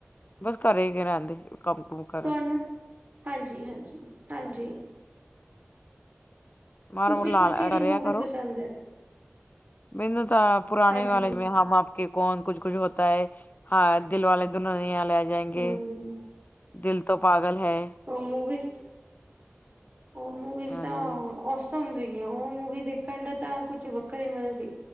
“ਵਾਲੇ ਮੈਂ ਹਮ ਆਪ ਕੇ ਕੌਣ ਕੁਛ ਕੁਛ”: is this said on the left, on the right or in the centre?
Left